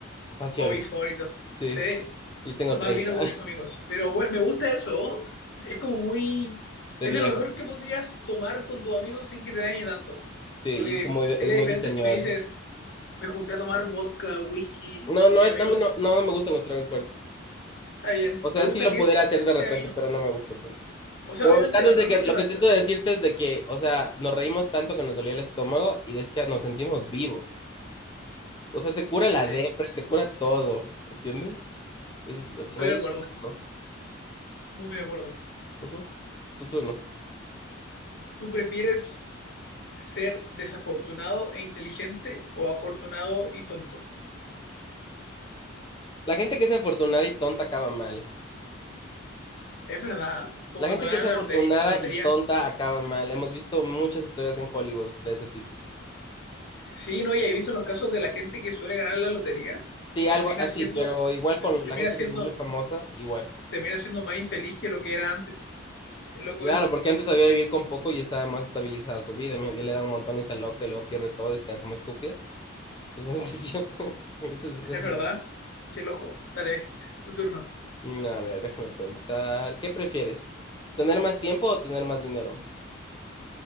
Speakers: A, on the left (about 20°); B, on the left (about 55°).
A: pasiones,
B: hobbies favoritos.
A: sí.
B: Sí,
A: Yo tengo
B: tomar
A: 30
B: vino con
A: <laughs>
B: tus amigos. Pero bueno, me gusta eso. Es como muy...
A: de
B: Es
A: viejo,
B: de lo mejor que podrías tomar con tus amigos sin que te dañe tanto.
A: sí,
B: Porque
A: y es como de-
B: sería
A: es muy
B: diferente
A: de señor.
B: si me dices, me junté a tomar vodka, whisky
A: No,
B: con
A: no,
B: mi
A: es,
B: amigo.
A: no, me- no, no me gustan los tragos fuertes.
B: Está bien,
A: O
B: me
A: sea,
B: gusta
A: sí lo
B: que
A: pudiera
B: es-
A: hacer de repente,
B: sea vino.
A: pero no me gusta tanto.
B: O sea,
A: Pero
B: obviamente
A: el caso
B: la
A: es
B: mejor
A: de que
B: alternativa...
A: lo que intento decirte es de que, o sea, nos reímos tanto que nos dolía el estómago y decía, nos sentimos vivos. O sea, te cura la
B: Sí,
A: depre, te cura todo, ¿entiendes? Es
B: estoy
A: reír.
B: de acuerdo,
A: es rico.
B: muy de acuerdo.
A: Ujú. Tu turno.
B: ¿Tú prefieres ser desafortunado e inteligente o afortunado y tonto?
A: La gente que es afortunada y tonta acaba mal.
B: Es verdad, ¿eh? como
A: La
B: cuando
A: gente
B: ganan
A: que es afortunada
B: la lotería. La lotería.
A: y tonta acaba mal. Hemos visto muchas historias en Hollywood de ese tipo.
B: Sí, no, y he visto los casos de la gente que suele ganar la lotería,
A: Sí,
B: termina
A: algo así,
B: siendo,
A: pero igual
B: te-
A: con
B: termina
A: la gente
B: siendo,
A: que se vuelve famosa, igual.
B: termina siendo más infeliz que lo que era antes. Es loco
A: Claro,
B: eso.
A: porque antes sabía vivir con poco y estaba más estabilizada su vida. Y me- y le da un montón y se aloca y luego pierde todo y queda como estúpida. Esa sensación. <laughs> Esa sensación.
B: Es verdad. Qué loco. Dale, tu turno.
A: Mm, A ver, déjame pensar. ¿Qué prefieres? ¿Tener más tiempo o tener más dinero?